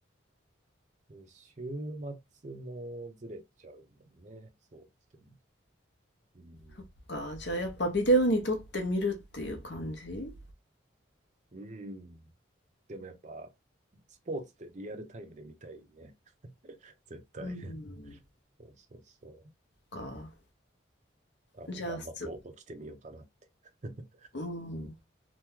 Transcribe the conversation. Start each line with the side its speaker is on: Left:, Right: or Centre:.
Right: う、で週末もずれちゃうもんね、そうですね。うん。
Left: そっか。じゃあやっぱビデオに撮って見るっていう感じ
Right: うん。でもやっぱ、スポーツってリアルタイムで見たいね、絶対。
Left: うん。
Right: <laughs> そうそうそう。
Left: か。
Right: あの、
Left: じゃあ、
Right: 頑張って起きてみようかなって。
Left: す、
Right: <laughs>
Left: うん、